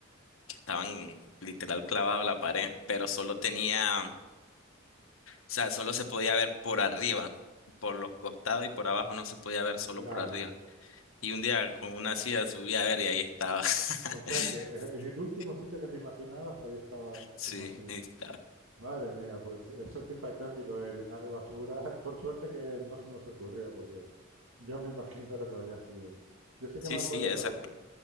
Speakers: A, on the left; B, on the right.
A: que estaban literal clavados a la pared, pero solo tenía, o sea, solo se podía ver por arriba, por los costados y por abajo no se podía ver solo
B: claro.
A: por arriba. Y un día con una silla subí a ver y ahí estaba.
B: O sea
A: <laughs>
B: que eh, en el último sitio que te imaginabas, ahí estaba
A: Sí,
B: tu mochila.
A: ahí estaba.
B: Madre mía, pues eso es impactante y lo de llenar de basura. <laughs> Por suerte que no se nos ocurrió, porque yo me <laughs> imagino lo que habría sido. Yo sí
A: Sí,
B: que me acuerdo,
A: sí, esa.
B: pero